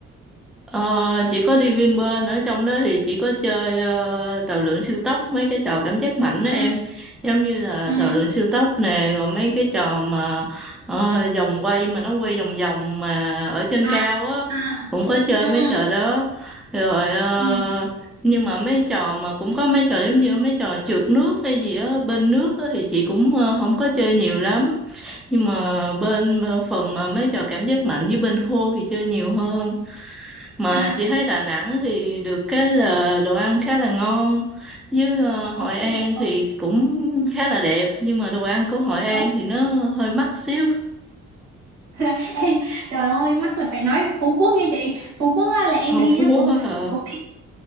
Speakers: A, in the centre; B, on the right (about 70°).
A: Ờ, chỉ có đi Vinpearl ở trong đó thì chỉ có chơi ờ, tàu lượn siêu tốc mấy cái trò cảm giác mạnh đó
B: ừ
A: em giống như là
B: ừ
A: tàu lượn siêu tốc nè rồi mấy cái trò mà ờ, vòng quay mà nó quay vòng vòng mà ở trên cao
B: à
A: á
B: à
A: cũng có chơi
B: ừ
A: mấy
B: ừ
A: trò đó rồi ờ,
B: ừ
A: nhưng mà mấy trò mà cũng có mấy trò giống như mấy trò trượt nước hay gì á bên nước á thì chị cũng ờ, không có chơi nhiều lắm nhưng mà bên ờ, phần mà mấy trò cảm giác mạnh với bên khô thì chơi nhiều hơn mà
B: à
A: chị thấy Đà Nẵng thì được cái là đồ ăn khá là ngon với ờ, Hội
B: đúng
A: An
B: đúng đúng
A: thì cũng khá là đẹp nhưng mà đồ ăn của Hội An
B: Đúng.
A: thì nó hơi mắc xíu
B: <laughs> Ê, trời ơi mắc là phải
A: Ừ.
B: nói Phú Quốc nha chị Phú Quốc á, là em
A: Hầu
B: đi
A: Phú
B: á,
A: Quốc
B: cũng
A: á hả?
B: cũng đi